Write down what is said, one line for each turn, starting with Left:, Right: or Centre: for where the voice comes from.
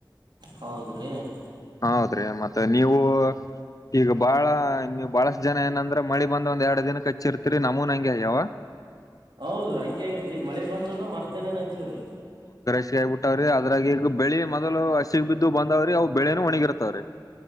Right: ಹೌದ್ ರಿ <unintelligible>
Left: ಹೌದ್ರಿ ಮತ್ತೆ ನೀವು ಈಗ ಬಾಳ ನೀವು ಬಹಳಷ್ಟ ಜನ ಏನಂದ್ರ ಮಳಿ ಬಂದ ಒಂದ್ ಎರಡ್ ದಿನಕ್ಕೆ ಹಚ್ಚಿರ್ತೀರಿ ನಮೂನ್ ಹಂಗೆ ಆಯ್ಯಾವ
Right: ಹೌದ್ರೀ ಹಂಗ ಆಗಿದ್ರಿ ಮಳಿ ಬಂದದ ಮರದಿನೇನ ಹಚ್ಚವ್ರಿ
Left: ಹಿ ಆಗಬಟ್ಟಾವ್ರಿದ್ರಾರ್ಗ ಬೆಳ ಮದಲು ಹಸಿಗ ಬಿದ್ದು ಬಂದವ್ರಿ ಅವ ಬೆಳೆನೂ ಒಣಿಗಿರತ್ತವ್ರ